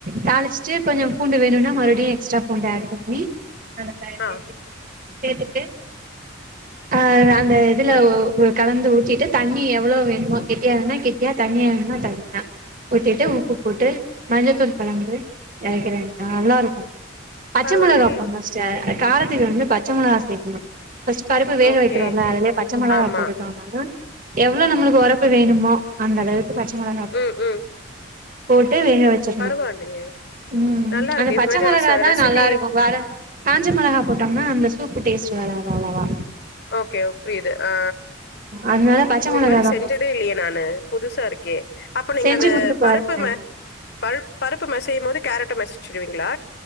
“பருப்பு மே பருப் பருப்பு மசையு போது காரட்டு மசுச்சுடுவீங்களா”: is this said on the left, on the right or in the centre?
Left